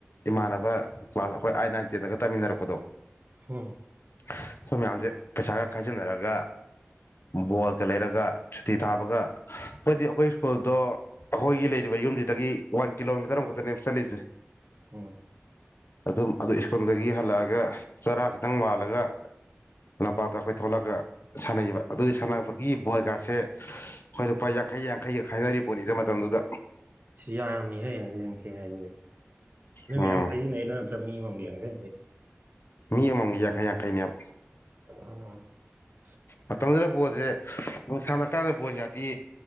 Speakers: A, on the left; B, on the right.
A: ꯏꯃꯥꯟꯅꯕ ꯀ꯭ꯂꯥꯁ ꯑꯩꯈꯣꯏ ꯑꯥꯏꯠ ꯅꯥꯏꯟ ꯇꯦꯟꯗꯒ ꯇꯥꯃꯤꯟꯅꯔꯛꯄꯗꯣ
B: ꯍꯝ
A: ꯑꯩꯈꯣꯏ ꯃꯌꯥꯝꯁꯦ ꯄꯩꯁꯥꯒ ꯈꯥꯏꯖꯤꯟꯅꯔꯒ ꯕꯣꯜꯒ ꯂꯩꯔꯒ ꯁꯨꯇꯤ ꯊꯥꯕꯒ ꯑꯩꯈꯣꯏꯗꯤ ꯑꯩꯈꯣꯏ ꯁ꯭ꯀꯨꯜꯗꯣ ꯑꯩꯈꯣꯏꯒꯤ ꯂꯩꯔꯤꯕ ꯌꯨꯝꯁꯤꯗꯒꯤ ꯋꯥꯟ ꯀꯤꯂꯣꯃꯤꯇꯔ ꯑꯃꯈꯛꯇꯅꯦ ꯆꯠꯂꯤꯁꯦ
B: ꯎꯝ
A: ꯑꯗꯨꯝ ꯑꯗꯨ ꯁ꯭ꯀꯨꯜꯗꯒꯤ ꯍꯜꯂꯛꯑꯒ ꯆꯔꯥ ꯈꯤꯇꯪ ꯃꯥꯜꯂꯒ ꯂꯝꯄꯥꯛꯇ ꯑꯩꯈꯣꯏ ꯊꯣꯛꯂꯛꯒ ꯁꯥꯟꯅꯩꯕ ꯑꯗꯨꯒꯤ ꯁꯥꯟꯅꯕꯒꯤ ꯕꯣꯏꯒꯁꯦ ꯑꯩꯈꯣꯏ ꯂꯨꯄꯥ ꯌꯥꯡꯈꯩ ꯌꯥꯡꯈꯩ ꯌꯥꯡꯈꯩꯒ ꯈꯥꯏꯅꯔꯤ ꯄꯣꯠꯅꯤꯗ ꯃꯇꯝꯗꯨꯗ
B: ꯌꯥꯝꯃꯤ ꯍ ꯌꯦꯡꯁ ꯌꯦꯡꯀꯦ ꯍꯥꯏꯗꯨꯗꯤ ꯅꯣꯏ
A: ꯎꯝ
B: ꯃꯌꯥꯝ ꯈꯥꯏꯖꯤꯟꯅꯩꯩꯅ ꯅꯠꯇ ꯃꯤ ꯃꯡ ꯌꯦꯡꯔ
A: ꯃꯤ ꯑꯃꯃꯥꯡꯒꯤ ꯌꯥꯡꯈꯩ ꯌꯥꯡꯈꯩꯅꯦꯦꯝ
B: ꯎ
A: ꯃꯇꯝꯗꯨꯗ ꯕꯣꯜꯁꯦꯅꯨꯡ ꯁꯥꯟꯅ ꯀꯥꯟꯗ ꯕꯣꯜ ꯌꯥꯗꯦ